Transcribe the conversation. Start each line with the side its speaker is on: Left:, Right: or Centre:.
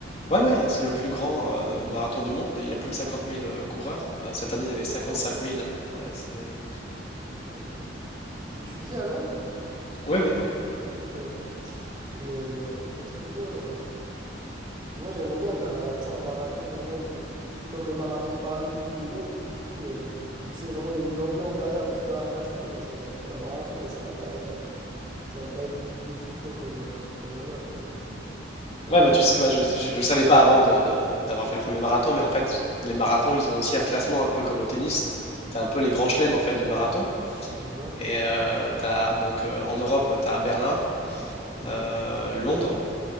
Left: Ouais, ouais, c'est le plus grand euh, marathon du monde. Il y a plus de 50 000 euh, coureurs. Euh, cette année,
Right: Ah
Left: il y avait
Right: oui, d'accord,
Left: 55
Right: ok.
Left: 000. Ouais, c'est...
Right: Ok. Et tu vis à Londres?
Left: Oui, oui, oui.
Right: Ok, d'accord. Et euh, ok, trop bien. Moi, j'aimerais bien faire euh, tu sais, un marathon vraiment où c'est comme le marathon de Paris ou de Londres, du coup, euh, où tu sais vraiment, il y a une ambiance derrière parce que Arcachon, bon, ça va être un marathon, mais ça va pas être, euh, ça va pas être le truc de fou, quoi, comme, euh, comme là-bas, quoi. Donc, euh, ouais.
Left: Ouais, bah tu sais, moi je ne le savais pas avant de, de- d'avoir fait le premier marathon, mais en fait, les marathons, ils ont aussi un classement un peu comme le tennis. Tu as un peu
Right: Ok.
Left: les grands chelems en fait, du marathon.
Right: D'accord.
Left: Et euh, t'as, donc, euh, en Europe, tu as Berlin,
Right: Ok.
Left: euh, Londres.